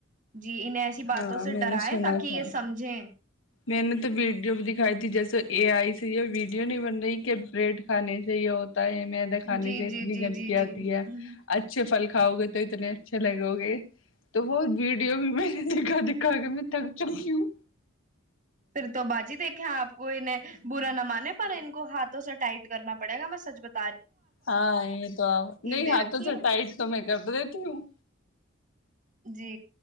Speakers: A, on the right; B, on the left.
A: جی ان ایسی باتوں
B: ہاں
A: سے
B: میں
A: ڈرائے
B: نے سنا
A: تاکہ
B: تھا
A: یہ سمجھیں
B: میں نے تو ویڈیو بھی دکھائی تھی جیسے اے آئی یہ ویڈیو نہیں بن رہی کہ بریڈ کھانے سے یہ ہو یہ م نےا کھانے
A: جی
B: سے اتنی
A: جی جی
B: گندگی
A: جی
B: آتی
A: جی
B: ہے
A: ہ
B: اچھے پھل کھاؤ گے تو تو اتنے اچھے لگو گے تو ب ویڈیو بھی میں نے دھا دکھا کے میں تھک چکی ہوں
A: پھر تو بعد جی دیکھے آ کو انہیں برا نہ مانے پر ان کو ہاتھوں سے ٹائٹ کرنا پڑے گا میں سچ بت
B: ہاں یہ تو آپ نہیں
A: دے
B: ہاتھوں
A: رکھی
B: سے
A: ہے
B: ٹائٹ تو میں کر دیتی ہوں
A: جی